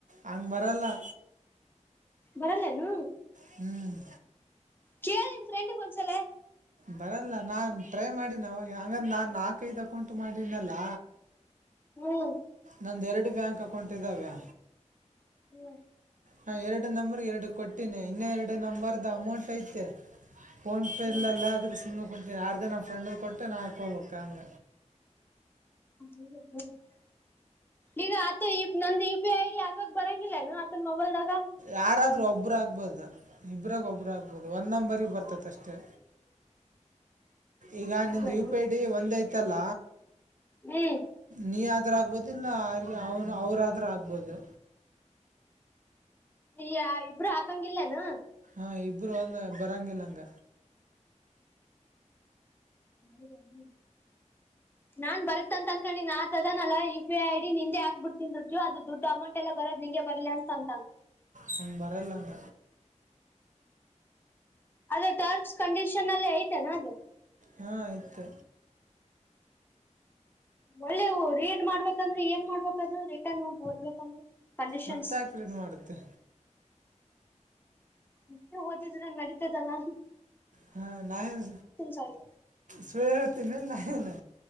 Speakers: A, on the right; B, on the left.
A: ಹಂಗ್ ಬರಲ್ಲ.
B: ಬರಲ್ಲನು.
A: ಹ್ಮ್.
B: ಕೇಳ ನಿಮ ಫ್ರೆಂಡಿಗೆ ಒಂದ್ಸಲ.
A: ಬರಲ್ಲ ನಾನ್ ಟ್ರೈ ಮಾಡೀನ ಅವಾಗ ಹಂಗಂದ ನಾನ್ ನಾಲ್ಕೈದ ಹಾಕ ಉಂಟು ಮಾಡನಲ್ಲ.
B: ಹ್ಮ್.
A: ನನ್ನ ಎರಡು ಬ್ಯಾಂಕ್ ಅಕೌಂಟ್ ಇದ್ದಾವೆ.
B: ಹ್ಮ್.
A: ಹಾ ಎರಡು ನಂಬರ್ ಎರಡು ಕೊಟ್ಟೀನಿ ಇನ್ನ ಎರಡು ನಂಬರ್ದ ಅಮೌಂಟ್ ಐತೆ. ಫೋನ್ ಪೇ
B: ಹ್ಮ್
A: ಇಲ್ಲಲ್ಲ ಅದುಕ್ಕೆ ಸುಮ್ನೆ ಯಾರಾರ್ ಇದ ನಮ್ಮ ಫ್ರೆಂಡ್ ಕೊಟ್ಟೆ ನಾ ಹಾಕ ಹೋಗ್ಬೇಕಂಗ
B: ಹ್ಮ <unintelligible> ಈಗ ಆತ ನಂದ U P I I D ಹಾಕಕ್ ಬರಂಗಿಲ್ಲಾನ ಆತನ್ ಮೊಬೈಲ್ದಾಗ
A: ಯಾರಾದ್ರೂ ಒಬ್ಬರು ಆಗ್ಬೋದು ಇಬ್ರಾಗ ಒಬ್ಬ್ರ ಆಗ್ಬೋದು ಒಂದ್ ನಂಬರ್ಗ್ ಬರ್ತತಿ ಅಷ್ಟೇ
B: <inaudible>
A: ಈಗ ನಿಮ
B: ಹೌದಾ
A: ಯು ಪಿ ಐ ಡಿ ಒಂದ್ ಐತಲ್ಲ
B: ಹ್ಮ್
A: ನೀ ಆದ್ರ ಆಗ್ಬೋದು ಇಲ್ಲ ಅವ ಅವನು ಅವ್ರಾದ್ರ ಆಗ್ಬೋದು
B: ಈ ಇಬ್ರು ಹಾಕಂಗಿಲ್ಲೇನು
A: ಹ ಇಬ್ರು ಅಂದ ಬರಾಂಗಿಲ್ಲ ಅಂಗ
B: ಹೌದನು ನಾನ್ ಬರತ್ತ ಅನ್ಕೊಂಡಿ ಆತದಾನಲ್ಲ ಯು ಪಿ ಐ ಐಡಿ ನಿಂದೆ ಆಕ್ಬಿಡ್ತೀನ್ ರುಜ ಅದು ದುಡ್ ಅಮೌಂಟ್ ಎಲ್ಲ ಬರ ನಿಂಗೆ ಬರ್ಲಿ ಅಂತ <unintelligible>
A: ಹ್ ಬರಲ್ಲಂದ
B: ಅದು ಟರ್ಮ್ಸ್ ಕಂಡೀಷನ್ ಅಲ್ಲಿ ಐತೆನಾ ಅದು
A: ಹಾ ಆಯ್ತು
B: ಒಳ್ಳೇ ರೀಡ್ ಮಾಡ್ಬೇಕಂದ್ರೆ ಏನ್ ಮಾಡ್ಬೇಕದು ರಿಟರ್ನ್ ಹೋಗ ಓದ್ಬೇಕಂದ್ರೆ ಕಂಡೀಷನ್ಸ್.
A: ಮತ್ತ ಆಕ್ರಡ್ ಮಾಡುತ್ತೆ
B: ಮತ್ತೆ ಓದಿದ್ರೆ ನಡತದಲ್ಲ
A: ಹಾ ನಾಯನ್
B: ಸ್ವಲ್ಪ.
A: ಸುಳ್ಳ ಹಡ್ತೀನ ನನ್